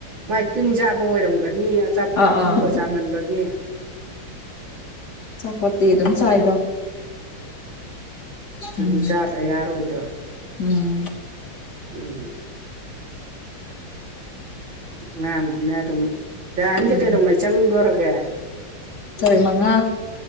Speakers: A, on the right (about 65°); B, on the left (about 50°).
A: ꯃꯥꯏ ꯇꯤꯟ ꯆꯥꯕ ꯑꯣꯏꯔꯝꯒꯅꯤ ꯑꯆꯥꯄꯣꯠ
B: ꯑꯥ
A: ꯑꯊꯨꯝꯕ
B: ꯑꯥ
A: ꯆꯥꯃꯟꯕꯒꯤ
B: ꯆꯥꯄ‌ꯣꯠꯇꯤ ꯑꯗꯨꯝ
A: ꯎꯝ
B: ꯆꯥꯏꯗꯣ
A: ꯗꯨꯗꯤ
B: ꯎꯝ
A: ꯆꯥꯗ ꯌꯥꯔꯣꯏꯗꯣ
B: ꯎꯝ
A: ꯎꯝ ꯑꯉꯥꯡꯅꯤꯅ ꯑꯗꯨꯝ ꯗꯥꯏꯝꯗꯤ
B: ꯎꯝ
A: ꯀꯩꯗꯧꯉꯩ ꯆꯪꯗꯣꯔꯒꯦ
B: ꯇꯥꯔꯤꯛ ꯃꯉꯥ